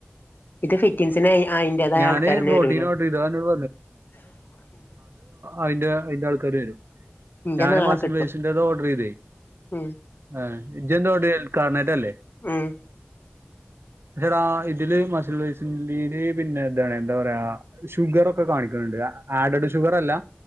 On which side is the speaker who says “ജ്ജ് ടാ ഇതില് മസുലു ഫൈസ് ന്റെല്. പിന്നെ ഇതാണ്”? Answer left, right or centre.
Right